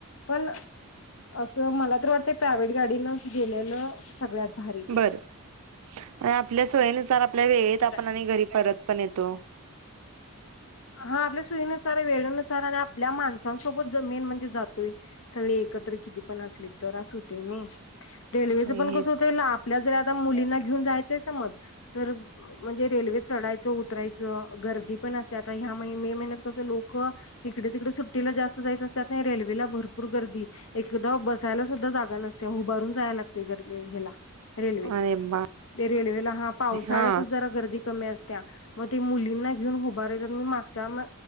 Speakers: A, on the left; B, on the right.
A: पण अस मला तर वाटतं प्रायव्हेट गाडीनच गेलेलं सगळ्यात भारी ते
B: बर आणि आपल्या सोयीनुसार आपल्या वेळेत
A: असं
B: आपण आणि घरी परत पण येतो.
A: हा आपल्या सुईनुसार वेळे नुसार आणि आपल्या माणसांसोबत ज मेन म्हणजे जातोय सगळे एकत्र किती पण असले तर अस होते नाही. रेल्वेचं
B: नाही
A: पण
B: हे
A: कसं होतंय आपल्याल्यात मुलींना घेऊन जायचं समज तर म्हणजे रेल्वे चढायचं उतरायचं गर्दी पण असनार आता ह्या महि मे महिन्यात कसं लोक इकडे तिकडे मे महिन्यापासून लोक इकड- तिकड सुट्टीला जास्त जायत असतते नाही रेल्वेला भरपूर गर्दी एकदा बसायला सुद्धा जागा नसते उभारून जायला लागते गर्दी हेला. रेल्वेत
B: अरे बापरे
A: ते रेल्वेला हा पावसाळ्यातच
B: हा
A: जरा गर्दी कमी असते. त्या मग ते मुलींना घेऊन बरेच जन मागच्या मा